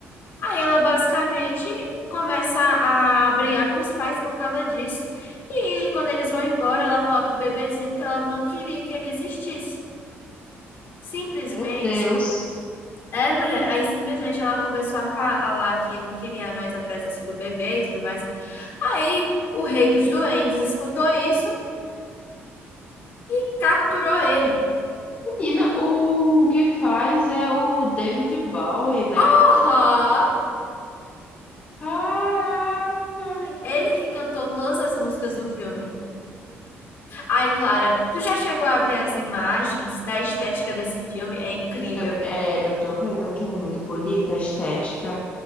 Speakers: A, on the left; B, on the left.
A: Aí ela basicamente começa a brigar com os pais por causa disso. E quando eles vão embora, ela fala pro bebezinho que ela não queria que ele existisse. Simplesmente.
B: Meu Deus.
A: É, mulher. Aí simplesmente ela começou a falar que não queria mais a presença do bebê e tudo mais. Aí o rei dos duendes escutou isso e capturou ele.
B: Menina, o que faz é o David Bowie, né?
A: Porra!
B: Caraca!
A: Ele que cantou todas as músicas do filme. Ai, Clara, tu já chegou a ver as imagens da estética desse filme? É incrível.
B: Eu- É, eu tô vendo aqui, é muito bonita a estética.